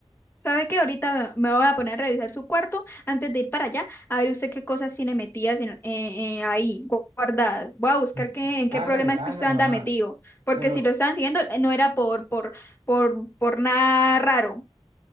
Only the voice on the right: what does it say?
Mm,
Hágale,
hágale,
mamá.
Pero